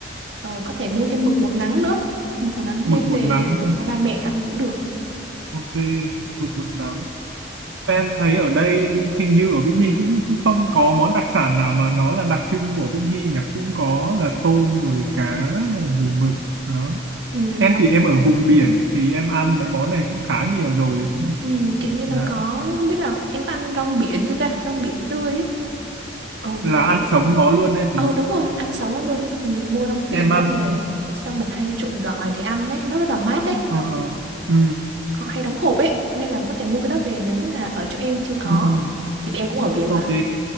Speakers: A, on the right; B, on the right.
A: rồi có thể mua thêm mực một nắng nữa mực một nắng
B: Mực
A: đem
B: một
A: về
B: nắng nữa.
A: cho ba mẹ ăn cũng được
B: Ok, mực một nắng. Em thấy ở đây hình như ở Vĩnh Hy cũng, cũng không có món đặc sản nào mà nó là đặc trưng của Vĩnh Hy nhỉ. Cũng có là tôm rồi cá rồi mực đó.
A: ừ,
B: Em
A: nó
B: thì em ở vùng biển thì em ăn mấy món này cũng khá nhiều rồi.
A: Ừ, kiểu như nó
B: À,
A: có không biết là em có ăn rong biển chưa ta rong biển tươi ấy ồ
B: là
A: thì
B: ăn sống nó luôn hay gì
A: ừ đúng rồi ăn sống nó luôn mình mua rong biển
B: em
A: đó
B: ăn
A: về xong mình hay trộn gỏi để ăn ấy nó rất là mát ấy
B: ờ ờ ừ
A: họ hay đóng hộp ấy nên là có thể mua cái đó về nếu mà ở chỗ em chưa có
B: ừ ừ.
A: thì vì em cũng ở biển
B: ok
A: mà